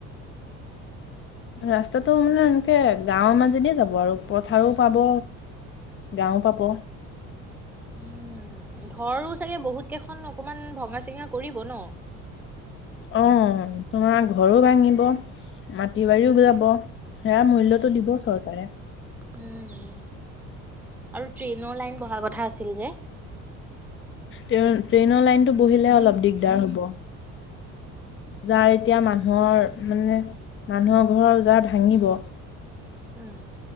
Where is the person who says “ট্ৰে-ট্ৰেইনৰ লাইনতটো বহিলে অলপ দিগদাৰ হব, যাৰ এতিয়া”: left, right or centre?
Left